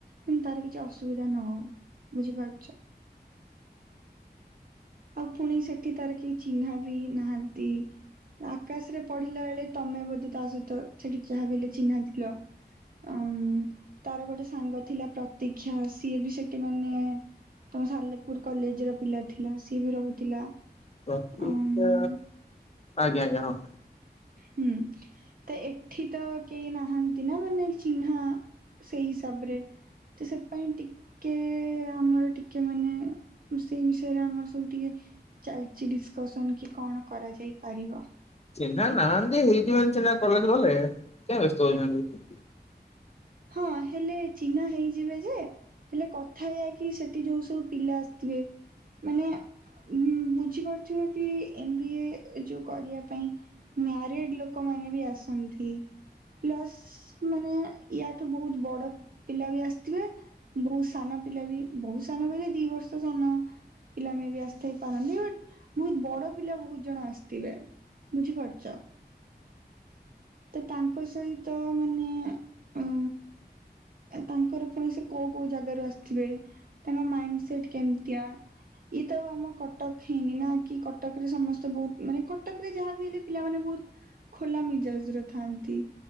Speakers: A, on the right; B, on the left.
A: କିନ୍ତୁ ତାର କିଛି ଅସୁବିଧା ନ ହଉ ବୁଝିପାରୁଛ? ଆଉ ପୁଣି ସେଠି ତାର କେହି ଚିହ୍ନା ବି ନାହାନ୍ତି। ଆକାଶରେ ପଡିଲା ବେଳେ ତମେ ବୋଧେ ତା ସହିତ ସେଠି ଯାହା ବି ହେଲେ ଚିହ୍ନା ଥିଲ। ଆଁ ଉଁ। ତାର ଗୋଟେ ସାଙ୍ଗ ଥିଲା ପ୍ରତୀକ୍ଷା ସିଏ ବି ସେଠି ମାନେ ତମେ ସାଲେପୁର କଲେଜ୍‌ ର ପିଲା ଥିଲା। ସିଏ ବି ରହୁଥିଲା।
B: ପ୍ରତିକ୍ଷା
A: ଅମ୍
B: ଆଜ୍ଞା ଆଜ୍ଞା ହଁ।
A: ହୁଁ। ତେ ଏଠି ତ କେହି ନାହାନ୍ତି ନା ମାନେ ଚିହ୍ନା ସେଇ ହିସାବରେ। ତ ସେପାଇଁ ଟି କେ ଆମର ଟିକେ ମାନେ ସେଇ ବିଷୟରେ ଆମର ସବୁ ଟିକେ ଚାଲିଛି ଡିସ୍କସନ୍‌ କି କଣ କରାଯାଇ ପାରିବ।
B: ଚିହ୍ନା ନାହାନ୍ତି ହେଇତିପାଇଁ ଚିହ୍ନା କଲେଜ୍‌ ଗଲେ। କାଇଁ ବ୍ୟସ୍ତ ହୋଉଛନ୍ତି।
A: ହଁ ହେଲେ ଚିହ୍ନା ହେଇଯିବେ ଯେ ହେଲେ କଥା ଏଇୟା କି ସେଠି ଯୋଉ ସବୁ ପିଲା ଆସିଥିବେ ମାନେ ଉଁ ବୁଝିପାରୁଥିବେ କି ଏମ୍ ବି ଏ ଯୋଉ କରିବା ପାଇଁ ମ୍ୟାରେଡ୍‌ ଲୋକମାନେ ବି ଆସନ୍ତି ପ୍ଲସ୍ ମାନେ ୟା ଠୁ ବହୁତ ବଡ ପିଲା ବି ଆସିଥିବେ। ବହୁତ ସାନ ପିଲା ବି ବହୁତ ସାନ ବୋଲି ଦି ବର୍ଷ ସାନ। ପିଲା ମେବି ଆସିଥାଇ ପାରନ୍ତି ବଟ୍ ବହୁତ ବଡ ପିଲା ବହୁତ ଜଣ ଆସିଥିବେ ବୁଝିପାରୁଛ। ତ ତାଙ୍କ ସହିତ ମାନେ ଉଁ ତାଙ୍କର ପୁଣି ସେ କୋଉ କୋଉ ଜାଗାରୁ ଆସିଥିବେ ତାଙ୍କ ମାଇଣ୍ଡ ସେଟ୍ କେମତିଆ? ଇଏ ତ ଆମ କଟକ ହେଇନି ନା କି କଟକରେ ସମସ୍ତେ ବହୁତ ମାନେ କଟକ ରେ ଯାହାବ ହେଲେ ପିଲାମାନେ ବହୁତ ଖୋଲା ମିଜାଜ୍‌ ର ଥାନ୍ତି